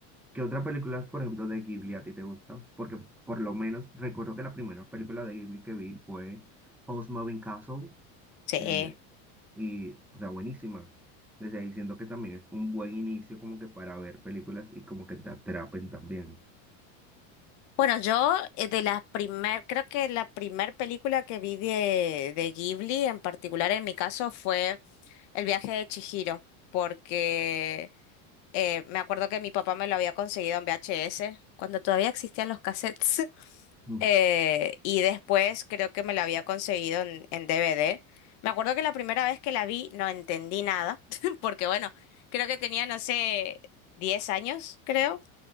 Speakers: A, in the centre; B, on the left.
A: ¿Qué otra película, por ejemplo, de Ghibli a ti te gusta? Porque por lo menos recuerdo que la primera película de Ghibli que vi fue House Moving Castle,
B: Sí.
A: Eh, Y, o sea, buenísima. Desde ahí siento que también es un buen inicio como que para ver películas y como que te atrapen también.
B: Bueno, yo eh, de la primer, creo que la primer película que vi de, de Ghibli en particular en mi caso fue El viaje de Chihiro, porque eh, me acuerdo que mi papá me lo había conseguido en VHS, cuando todavía existían los cassettes, <laughs>
A: Mm.
B: eh, y después creo que me la había conseguido en, en DVD. Me acuerdo que la primera vez que la vi no entendí nada, <laughs> porque bueno, creo que tenía, no sé, 10 años, creo.